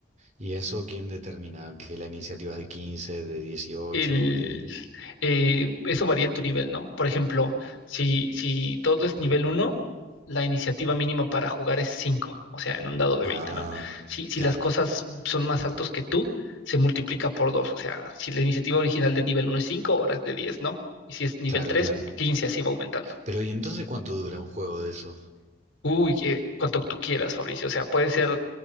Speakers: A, on the right; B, on the left.
A: ¿Y eso quién determina? Que la iniciativa es de quince de 18
B: el,
A: de...
B: eh, eso varía en tu nivel, ¿no? Por ejemplo, si, si todo es nivel uno, la iniciativa mínima para jugar es 5, o sea, en un dado de
A: Ah.
B: 20, ¿no? Si, si
A: Claro,
B: las cosas son más altos que tú, se multiplica por 2, o sea, si la iniciativa original de nivel uno es 5, ahora es de 10, ¿no? Y si es nivel
A: claro,
B: 3,
A: claro.
B: 15, así va aumentando.
A: Pero ¿y entonces cuánto dura un juego de esos?
B: Uy, eh, cuanto tú quieras, Fabricio, o sea, puede ser,